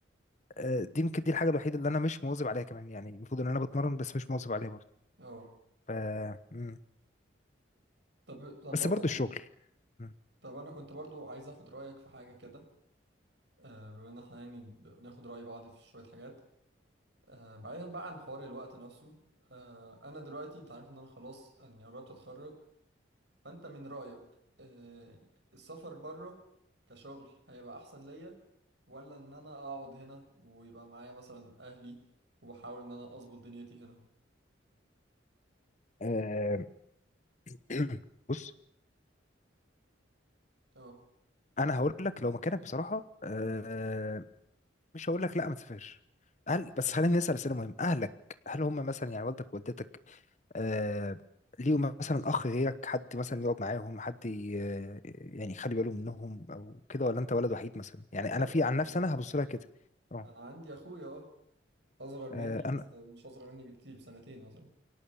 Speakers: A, on the left (about 35°); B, on the right (about 65°).
A: آه، دي يمكن دي الحاجه الوحيده اللي انا مش مواظب عليها كمان يعني المفروض ان انا بتمرن بس مش مواظب عليها برضه
B: اه
A: ف مم.
B: طب طب
A: بس
B: بقول
A: برضه
B: لك
A: الشغل
B: ايه
A: مم.
B: طب انا كنت برضو عايز اخد رأيك في حاجة كده آه، بما ان احنا يعني بناخد رأي بعض في شوية حاجات آه، بعيدا بقى عن حوار الوقت نفسه آه، انا دلوقتي انت عارف ان انا خلاص يعني قربت اتخرج فانت من رأيك آه، السفر بره كشغل هيبقى احسن ليا ولا ان انا اقعد هنا ويبقى معايا مثلا اهلي وبحاول ان انا اظبط دنيتي هنا
A: آه، <clears throat> بص
B: اه
A: انا هقول لك لو مكانك بصراحه آه، مش هقول لك لا ما تسافرش هل بس خليني اسال اسئله مهمه اهلك هل هم مثلا يعني والدك ووالدتك آه ليه مثلا اخ غيرك حد مثلا يقعد معاهم حد ي- آه، يعني يخلي باله منهم او كده ولا انت ولد وحيد مثلا يعني
B: لا
A: انا في عن
B: يعني
A: نفسي انا هبص لها كده اه
B: انا عندي اخويا اه اصغر مني
A: آه، انا
B: بس مش اصغر مني بكتير بسنتين مثلا